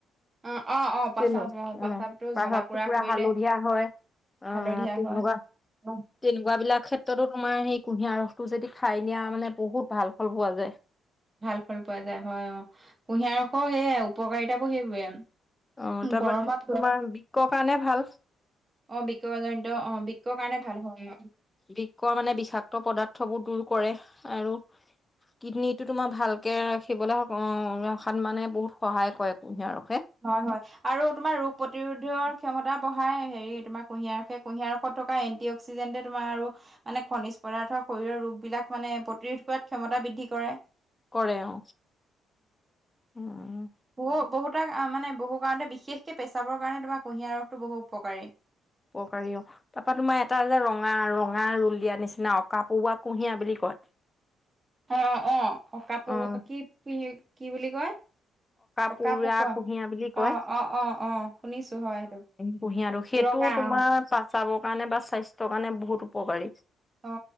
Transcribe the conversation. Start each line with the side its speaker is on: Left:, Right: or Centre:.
Right: অ-অ-অ প্ৰস্ৰাৱ,
Left: তেনো
Right: অ'প্ৰস্ৰাৱটো
Left: উম, প্ৰস্ৰাৱটো
Right: জ্বলা-পুৰা
Left: পুৰা
Right: কৰিলে।
Left: হালধীয়া হয়। অ',
Right: হালধীয়া
Left: তেনেকুৱা
Right: হয়। অ'
Left: তেনেকুৱা বিলাক ক্ষেত্ৰতো তোমাৰ সেই কুঁহিয়াৰ ৰস টো যদি খায় দিয়া, মানে বহুত ভাল ফল পোৱা যায়।
Right: ভাল ফল পোৱা যায় হয়। অ' কুঁহিয়াৰ ৰসৰ সেইয়াই উপকাৰিতাবোৰ সেইবোৰে।
Left: অ, তাৰপা
Right: গৰমত
Left: তোমাৰ বিক্ক কাৰণে ভাল।
Right: অ, বিক্ক জনিত অ, বিক্ক কাৰণে ভাল হয়।
Left: বিক্ক মানে বিষাক্ত পদাৰ্থবোৰ দূৰ কৰে। আৰু কিডনীটো তোমাৰ ভালকে ৰাখিবলৈ হওক, অ'ৰখাত মানে বহুত সহায় কৰে কুঁহিয়াৰ ৰসে।
Right: হয়-হয় আৰু তোমাৰ ৰোগ প্ৰতিৰোধ ৰ ক্ষমতা বঢ়ায় হেৰি তোমাৰ কুঁহিয়াৰ ৰসে, কুঁহিয়াৰ ৰসত থকা এণ্টি অক্সিডেণ্টে তোমাৰ আৰু মানে খনিজ পদাৰ্থ শৰীৰৰ ৰোগবিলাক মানে প্ৰতিৰোধ কৰাত ক্ষমতা বৃদ্ধি কৰে।
Left: কৰে অ' উম।
Right: বহু-বহু তাক মানে বহু কাৰণতে, বিশেষকে প্ৰস্ৰাৱৰ কাৰণে তোমাৰ কুঁহিয়াৰ ৰসটো বহু উপকাৰী।
Left: উপকাৰী অ'। তাৰপা তোমাৰ এটা যে ৰঙা-ৰঙা ৰোল দিয়া নিচিনা, অকা পৌৱা কুঁহিয়া বুলি কয়।
Right: অ-অ, অকা পো
Left: অ',
Right: কি-কি-কি বুলি কয়? অকা
Left: পৰুৱা
Right: পকোৱা,
Left: কুঁহিয়া বুলি কয়।
Right: অ-অ-অ-অ শুনিছো হয় সেইটো।
Left: কুঁহিয়াটো, সেইটোও
Right: ৰঙা
Left: তোমাৰ
Right: অ
Left: প্ৰস্ৰাৱৰ কাৰণে বা স্বাস্থ্যৰ কাৰণে বহুত উপকাৰী।
Right: অ।